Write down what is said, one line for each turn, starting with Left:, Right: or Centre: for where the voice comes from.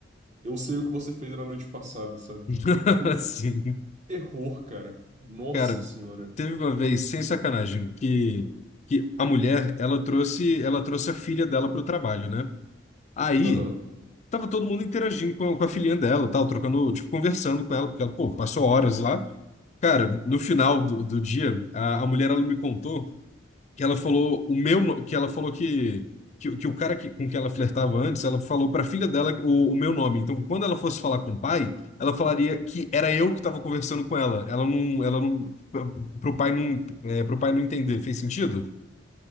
Right: eu sei o que você fez na noite passada, sabe?
Left: <laughs>
Right: Tipo,
Left: Sim.
Right: terror, cara. Nossa
Left: Cara,
Right: senhora.
Left: teve uma vez, sem sacanagem, que, que a mulher, ela trouxe, ela trouxe a filha dela pro trabalho, né? Aí.
Right: Aham.
Left: Tava todo mundo interagindo com, com a filhinha dela, tal, trocando, tipo, conversando com ela, porque ela, pô, passou horas lá. Cara, no final do, do dia, a, a mulher, ela me contou que ela falou o meu, no- que ela falou que, que, que o cara que, com que ela flertava antes, ela falou pra filha dela o, o meu nome. Então, quando ela fosse falar com o pai, ela falaria que era eu que tava conversando com ela. Ela não, ela não, pro pro pai não, é, pro pai não entender. Fez sentido?